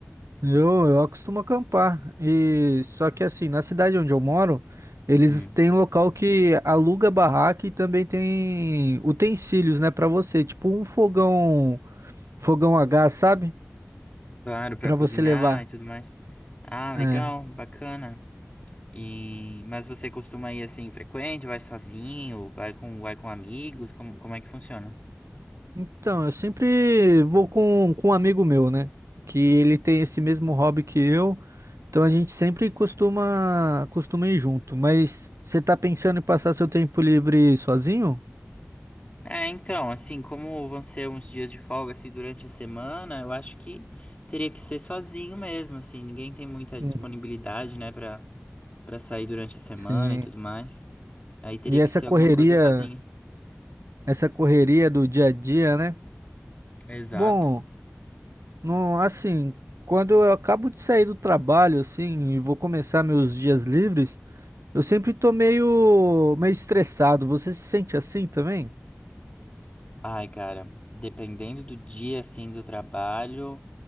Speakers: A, on the right; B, on the left.
A: Eu, eu costumo acampar e só que assim, na cidade onde eu moro, eles
B: Hum,
A: têm local que aluga barraca e também tem utensílios, né, para você, tipo um fogão, fogão a gás, sabe?
B: claro, para
A: Para
B: cozinhar
A: você levar.
B: e tudo mais. Ah, legal,
A: É.
B: bacana. E mas você costuma ir assim frequente? Vai sozinho? Vai com, vai com amigos? Como, como é que funciona?
A: Então, eu sempre vou com, com um amigo meu, né? Que ele tem esse mesmo hobby que eu. Então a gente sempre costuma, costuma ir junto. Mas você tá pensando em passar seu tempo livre sozinho?
B: É, então, assim, como vão ser uns dias de folga assim durante a semana, eu acho que teria que ser sozinho mesmo, assim, ninguém tem muita disponibilidade,
A: Uhum.
B: né, pra, pra sair durante a semana
A: Sim.
B: e tudo mais. Aí teria
A: E
B: que
A: essa
B: ser
A: correria,
B: alguma coisa sozinho.
A: essa correria do dia a dia, né?
B: Exato.
A: Bom, não, assim, quando eu acabo de sair do trabalho, assim, e vou começar meus dias livres, eu sempre tô meio, meio estressado. Você se sente assim também?
B: Ai, cara, dependendo do dia, assim, do trabalho,